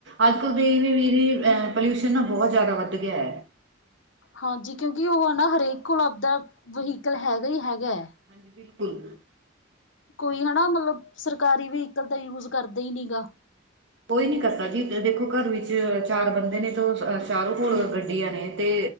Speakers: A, on the right; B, on the left.
A: ਅੱਜ ਕੱਲ੍ਹ ਦੇਖਦੇ ਵੀਰੇ ਅਹ ਪੋਲਿਊਸ਼ਨ ਨਾ ਬਹੁਤ ਜ਼ਿਆਦਾ ਵੱਧ ਗਿਆ ਹੈ।
B: ਹਾਂਜੀ ਕਿਉਂਕਿ ਉਹ ਹੈ ਨਾ ਹਰੇਕ ਕੋਲ ਆਪਦਾ ਵਹੀਕਲ ਹੈਗਾ ਹੀ ਹੈਗਾ ਹੈ।
A: ਹਾਂਜੀ ਬਿਲਕੁਲ।
B: ਕੋਈ ਹਨਾ ਮਤਲਬ ਸਰਕਾਰੀ ਵਹੀਕਲ ਤਾਂ ਯੂਜ ਕਰਦੇ ਹੀ ਨੀ ਗਾ।
A: ਕੋਈ ਨੀ ਕਰਦਾ ਜੀ ਦੇਖੋ ਘਰ ਵਿੱਚ ਚਾਰ ਬੰਦੇ ਨੇ ਤੇ ਚਾਰੋਂ ਕੋਲ਼ ਗੱਡੀਆਂ ਨੇ ਤੇ।